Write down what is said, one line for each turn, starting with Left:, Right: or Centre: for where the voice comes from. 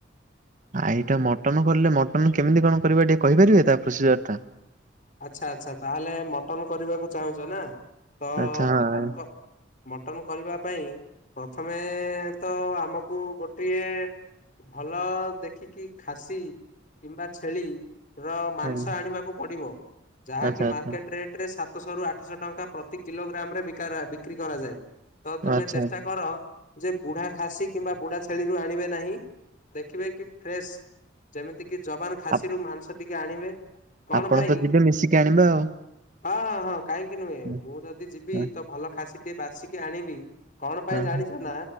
Right: ଆଇଟା ମଟନ୍ କଲେ ମଟନ୍ କେମିତି କଣ କରିବା ଟିକେ କହିପାରିବେ ତା ପୋସିଜର ଟା?
Left: ଆଚ୍ଛା ଆଚ୍ଛା ତାହେଲେ ମଟନ୍ କରିବାକୁ ଚାହୁଁଚ ନା ତ
Right: ଆଚ୍ଛା ହଁ
Left: ମଟନ୍ ମଟନ୍ କରିବା ପାଇଁ ପ୍ରଥମେ ତ ଆମକୁ ଗୋଟିଏ ଭଲ ଦେଖିକି ଖାଶି କିମ୍ବା ଛେଳି ର ମାଂସ
Right: ହଁ,
Left: ଆଣିବାକୁ ପଡ଼ିବ। ଜାହାକି
Right: ଆଚ୍ଛା ଆଚ୍ଛା
Left: ମାର୍କେଟ ରେଟରେ ସାତଶହ ରୁ ଆଠଶହ ଟଙ୍କା ପ୍ରତି କିଲୋ ଗ୍ରାମ ରେ ବିକ୍ରି କରାଯାଏ। ତ ତୁମେ
Right: ଆଚ୍ଛା
Left: ଚେଷ୍ଟା କର ଯେ ବୁଢା ଖାଶି କିମ୍ବା ବୁଢା ଛେଳି ରୁ ଆଣିବେ ନାହିଁ। ଦେଖିବେ କି ଫ୍ରେଶ ଜେମିତି କି ଯବାନ ଖାଶିରୁୁ
Right: ଆ
Left: ମାଂସ ଟିକେ ଆଣିବେ କଣ
Right: ଆପଣ
Left: ପାଇଁ
Right: ତ ଯିବେ ମିଶିକି ଆଣିବା ଆଉ।
Left: ହଁ ହଁ କାହିଁକି ନୁହେଁ।
Right: ହୁଁ,
Left: ମୁଁ ଯଦି ଯିବି
Right: ହୁଁ,
Left: ତ ଭଲ ଖାଶି ଟିକେ ବାଛିକି ଆଣିବି। କଣ ପାଇଁ
Right: ହୁଁ,
Left: ଜାଣିଚ ନା